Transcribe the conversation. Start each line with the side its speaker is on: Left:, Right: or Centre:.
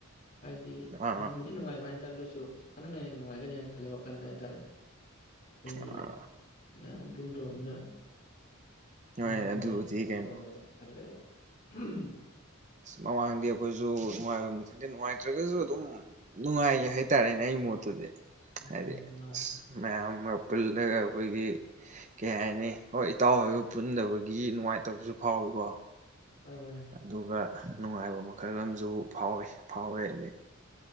Left: ꯍꯥꯏꯗꯤ
Right: ꯑꯥ
Left: ꯅꯨꯡꯕꯨꯗꯤ ꯅꯨꯡꯉꯥꯏꯕ ꯍꯥꯏ <unintelligible> ꯑꯂꯥꯁꯨ ꯍꯟꯗꯪꯅ ꯍ ꯅꯨꯡꯉꯥꯏꯒꯅꯤ ꯍꯥꯏꯅ ꯈꯜꯂꯤꯦ ꯋꯥꯈꯟꯗ ꯍꯥꯏꯇꯥꯔꯦ ꯑꯩꯈꯣꯏꯒꯤ
Right: ꯑꯥ
Left: <unintelligible> ꯄꯨꯨꯝꯗꯗꯔꯣ ꯃꯤꯅ
Right: ꯍꯣꯏ
Left: ꯃꯥꯥꯡꯕꯥꯏꯅꯦꯗꯤ
Right: ꯑꯗꯨꯕꯨꯗꯤ
Left: ꯀꯩꯅ
Right: ꯀꯩꯅꯣ
Left: ꯇꯣ ꯐꯂꯦꯕꯣ <unintelligible>
Right: ꯑꯁ ꯃꯃꯥꯡꯗꯤ ꯑꯩꯈꯣꯏꯁꯨ ꯅꯨꯡꯉꯥꯏꯐꯝꯅꯤ ꯈꯟꯗꯦ ꯅꯨꯡꯉꯥꯏꯇ꯭ꯔꯒꯁꯨ ꯑꯗꯨꯝ ꯅꯨꯡꯉꯥꯏꯒꯦ ꯍꯥꯏꯇꯥꯔꯦꯅꯦ ꯑꯩꯒꯤ ꯃꯣꯠꯇꯗꯤ
Left: ꯎꯝ
Right: ꯑꯗꯤ
Left: ꯃꯥꯅꯦ
Right: ꯃꯌꯥꯝ <unintelligible> ꯄꯨꯂꯒꯥ ꯑꯀꯣꯏꯒꯤ ꯀ ꯍꯥꯏꯅꯤ ꯍ ꯏꯇꯥꯎ ꯍꯥꯏꯔꯒ ꯄꯨꯟꯗꯕꯒꯤ ꯅꯨꯡꯉꯥꯏꯇꯕꯁꯨ ꯐꯥꯎꯋꯤꯀꯣ
Left: ꯍꯣꯏ ꯍꯣꯏ
Right: ꯑꯗꯨꯒ ꯅꯨꯡꯉꯥꯏꯕ ꯃꯈꯜ ꯑꯃꯁꯨ ꯐꯥꯎꯋꯦ ꯐꯥꯎꯋꯦ ꯑꯗꯒꯤ